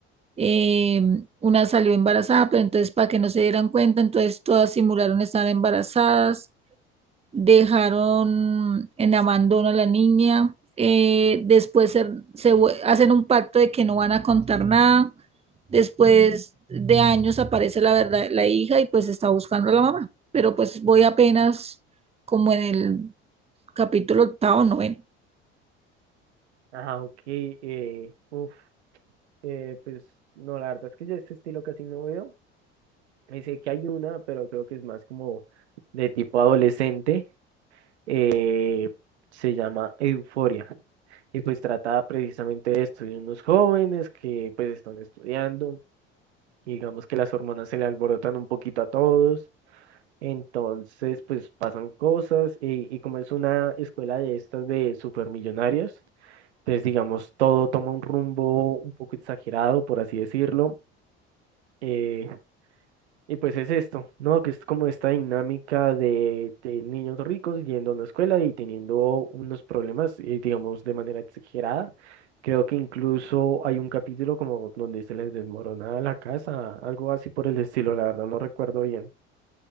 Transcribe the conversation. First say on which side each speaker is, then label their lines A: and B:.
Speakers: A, on the right; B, on the right.
A: eh, una salió embarazada, pero entonces para que no se dieran cuenta, entonces todas simularon estar embarazadas, dejaron en abandono a la niña, eh, después se, se vue- hacen un pacto de que no van a contar nada, después de años aparece la verdad, la hija y pues está buscando a la mamá, pero pues voy apenas como en el capítulo octavo, noveno.
B: Ajá, ok. Eh, uf, eh, pues no, la verdad es que yo este estilo casi no veo. Eh, sé que hay una, pero creo que es más como de tipo adolescente. eh, se llama Euforia. Y pues trata precisamente de esto, de unos jóvenes que pues están estudiando. y digamos que las hormonas se le alborotan un poquito a todos, entonces pues pasan cosas y, y como es una escuela de estas de supermillonarios, entonces digamos todo toma un rumbo un poco exagerado, por así decirlo. eh, y pues es esto, ¿no? Que es como esta dinámica de, de niños ricos yendo a una escuela y teniendo unos problemas, eh, digamos, de manera exagerada. Creo que incluso hay un capítulo como donde se les desmorona la casa, algo así por el estilo, la verdad no recuerdo bien.